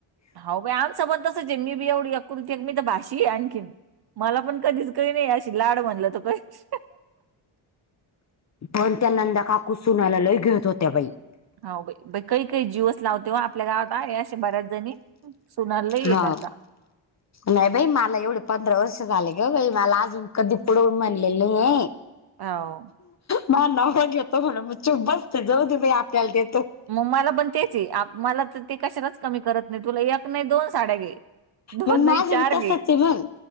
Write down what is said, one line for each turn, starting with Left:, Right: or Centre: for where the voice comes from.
Right: हाव बाई आमचा पण तसज आहे मी बी एवढी एक कुल ती मीत भाशी आहे आणखीन. मला पण कधीच काही नाही अशी लाड म्हणलं त पहीच
Left: पण त्या नंदा काकु सुनायला लय घेत होत्या बाई.
Right: हो बाई काही काही जीवस लावते व आपल्या गावात आहे अशे बऱ्याच जणी. सुनाला लई
Left: हा
Right: ए करता.
Left: नाही बाई मला एवढे पंधरा वर्ष झाले ग बाई मला अजून कधी पुढं म्हनलेलं नाही आहे.
Right: हाव
Left: माझा नवरा घेतो म्हणून म चूप बसते जाऊ दे बाई आपल्याला देतो.
Right: मग मला पण तेच आहे आ मला तर ते कशाला चं कमी करत नाही तुला एक नाही दोन साड्या घे. दोन
Left: मग माझं
Right: नाही चार
Left: बी तसच
Right: घे
Left: आहे मग